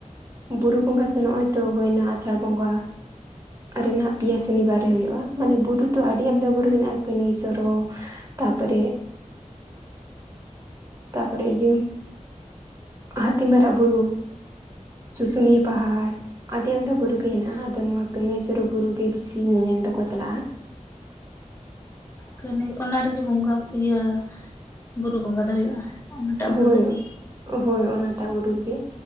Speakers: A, on the right; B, on the left.
A: ᱵᱩᱨᱩ ᱵᱚᱸᱜᱟ ᱫᱚ ᱱᱚᱜᱚᱭ ᱛᱚ ᱦᱩᱭᱮᱱᱟ ᱟᱥᱟᱲ ᱵᱚᱸᱜᱟ ᱨᱮᱱᱟᱜ ᱯᱮᱭᱟ ᱥᱚᱱᱤᱵᱟᱨ ᱨᱮ ᱦᱩᱭᱩᱜᱼᱟ ᱢᱟᱱᱮ ᱵᱩᱨᱩ ᱛᱚ ᱟᱹᱰᱤ ᱟᱢᱫᱟ ᱵᱩᱨᱩ ᱦᱮᱱᱟᱜᱼᱟ ᱠᱟᱹᱱᱟᱹᱭ ᱥᱚᱨᱚ ᱛᱟᱯᱚᱨᱮ ᱛᱟᱯᱚᱨᱮ ᱤᱭᱟᱹ ᱦᱟᱹᱛᱤᱢᱟᱨᱟ ᱵᱩᱨᱩ᱾ ᱥᱩᱥᱩᱱᱤᱭᱟᱹ ᱯᱟᱦᱟᱲ ᱟᱹᱰᱤ ᱟᱢᱫᱟ ᱵᱩᱨᱩ ᱜᱮ ᱦᱮᱱᱟᱜᱼᱟ ᱟᱫᱚ ᱱᱚᱣᱟ ᱠᱟᱹᱱᱟᱹᱭ ᱥᱩᱨᱩ ᱵᱩᱨᱩ ᱜᱮ ᱵᱤᱥᱤ ᱧᱮᱧᱮᱞ ᱫᱚᱠᱚ ᱪᱟᱞᱟᱜᱼᱟ᱾
B: ᱠᱟᱹᱱᱟᱹᱭ ᱚᱱᱟ ᱨᱮᱜᱮ ᱵᱚᱸᱜᱟ ᱤᱭᱟᱹ ᱵᱩᱨᱩ ᱵᱚᱸᱜᱟ ᱫᱚ ᱦᱩᱭᱩᱜᱼᱟ? ᱚᱱᱟᱴᱟᱜ
A: ᱦᱚᱭ
B: ᱵᱩᱨᱩ ᱨᱮᱜᱮ
A: ᱦᱚᱭ ᱚᱱᱟᱴᱟᱜ ᱵᱩᱨᱩ ᱨᱮᱜᱮ᱾